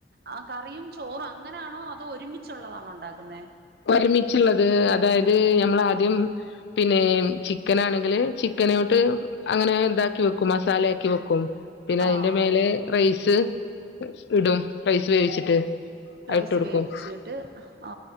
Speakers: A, on the right (about 55°); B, on the left (about 70°).
A: ആ കറിയും ചോറും അങ്ങനെയാണോ അതോ ഒരുമിച്ചുള്ളതാണോ ഉണ്ടാക്കുന്നെ
B: ഒരുമിച്ചുള്ളത് അതായത് ഞമ്മൾ ആദ്യം പിന്നെ ചിക്കനാണെങ്കില് ചിക്കനോട്ട് അങ്ങനെ ഇതാക്കി വെക്കും മസാലയാക്കി വെക്കും പിന്നെ അതിന്റെ
A: ആഹ്
B: മേലെ റൈസ് ഇടും റൈസ് വേവിച്ചിട്ട് അത്
A: റൈസ്
B: ഇട്ട് കൊടുക്കും
A: വേവിച്ചിട്ട് ഓ